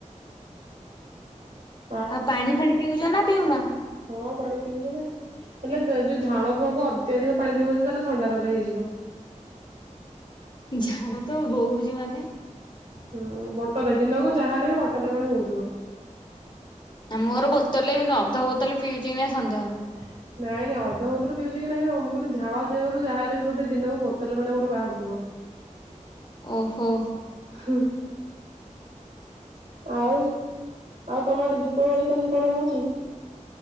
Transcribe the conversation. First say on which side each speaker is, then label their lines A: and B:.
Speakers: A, on the right; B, on the left.
A: ଅ।
B: ଆଉ ପାଣି ଫାଣି ପିଉଛ ନା ପିଉନ?
A: ହଁ ପାଣି ପିଉଛି ନା ହେଲେ ଯୋଉ ଝାଳ ବୁହାକୁ ଅତ୍ୟଧିକ ପାଣି ପିଇବୁ ଯଦି ତାହେଲେ ଥଣ୍ଡା ତତେ ହେଇଯିବ।
B: ଝାଳ ତ ବୋହୁଛି ମାନେ
A: ହୁ ବୋଟଲେ ଦିନକୁ ଯାହା ହେଲେ ବୋଟଲେ ଖଣ୍ଡେ ବହୁଥିବ।
B: ଆଉ ମୋର ବୋତଲ ବି ନୁହଁ ଅଧ ବୋତଲ ପିଉଛି କି ନାଇ ସନ୍ଦେହ।
A: ହ ନାଇଁ ନାଇଁ ଅଧ ବୋତଲ ପିଉଛି କି ନାଇଁ ମୁଁ କହିଲି ଝାଳ ଦେହରୁ ଯହା ହେଲେ ବି ବୋଧେ ଦିନକୁ ବୋଟାଲେ ଖଣ୍ଡେ ମୋର ବାହାରୁଥିବ।
B: ଓହୋ।
A: ହୁଁ। ଆଉ ଆଉ ତମ ଆଡେ ଦୀପାବଳି କେମିତି କଣ ହଉଛି?